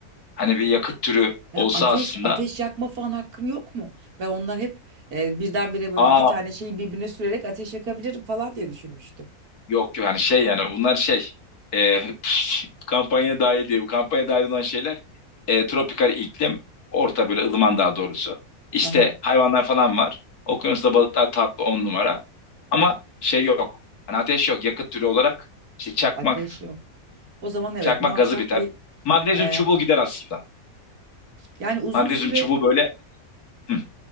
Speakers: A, on the left; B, on the right.
A: Hani bir yakıt türü
B: Ha,
A: olsa
B: ateş
A: aslında.
B: ateş yakma falan hakkım yok mu? Ben onlar hep e, birdenbire böyle
A: Aa
B: iki tane şeyi birbirine sürerek ateş yakabilirim falan diye düşünmüştüm.
A: Yok yani şey yani bunlar şey e, <laughs> kampanya dahil diye. Bu kampanya dahil olan şeyler e, tropikal iklim orta böyle ılıman daha doğrusu. İşte
B: Aha,
A: hayvanlar falan var. Okyanusta balıklar tatlı on numara. Ama şey yok. Hani ateş yok yakıt türü olarak. İşte çakmak
B: ateş yok. O zaman evet
A: çakmak
B: muhakkak
A: gazı biter.
B: bir
A: Magnezyum
B: eh,
A: çubuğu gider aslında.
B: yani uzun
A: Magnezyum
B: süre
A: çubuğu böyle. Hı,